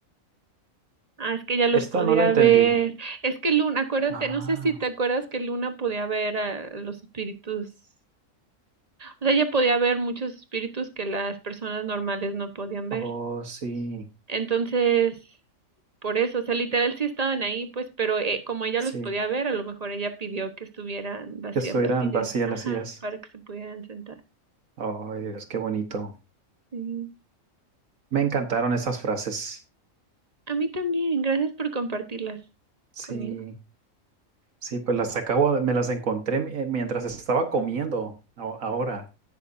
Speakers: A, on the right; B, on the right.
A: Ah, es que ella los
B: Esta
A: podía
B: no la entendí.
A: ver. Es que Luna, acuérdate,
B: Ah,
A: no sé si te acuerdas que Luna podía ver a los espíritus O sea, ella podía ver muchos espíritus que las personas normales no podían ver.
B: oh, sí,
A: Entonces, por eso, o sea, literal sí estaban ahí, pues, pero eh, como ella
B: sí,
A: los podía ver, a lo mejor ella pidió que estuvieran vacías
B: que estuvieran
A: las sillas,
B: vacías
A: ajá,
B: las sillas.
A: para que se pudieran sentar.
B: Oh, Dios, qué bonito.
A: Sí.
B: Me encantaron esas frases.
A: A mí también, gracias por compartirlas
B: Sí.
A: conmigo.
B: Sí, pues las acabo, de- me las encontré mi- eh, mientras estaba comiendo aho- ahora